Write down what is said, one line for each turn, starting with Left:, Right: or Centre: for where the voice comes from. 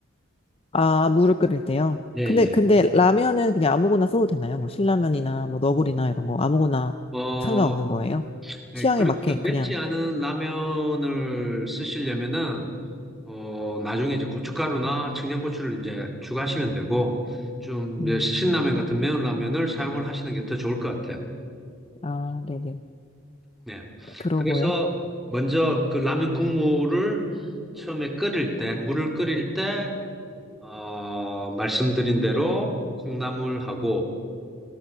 Left: 아, 물을 끓일 때요.
Centre: 예,
Left: 근데,
Centre: 예.
Left: 근데 라면은 그냥 아무거나 써도 되나요? 뭐 신라면이나 뭐 너구리나 이런 거 아무거나
Centre: 어,
Left: 상관없는 거예요?
Centre: 네,
Left: 취향에
Centre: 그러니까
Left: 맞게
Centre: 맵지
Left: 그냥.
Centre: 않은 라면을 쓰시려면은, 어, 나중에 이제 고춧가루나 청양고추를 이제 추가하시면 되고, 좀
Left: 음,
Centre: 이제 신라면 같은 매운 라면을 사용을 하시는 게 더 좋을 것 같아요.
Left: 아, 네네.
Centre: 네.
Left: 그러고요.
Centre: 그래서 먼저 그 라면 국물을 처음에 끓일 때, 물을 끓일 때, 어, 말씀드린 대로 콩나물하고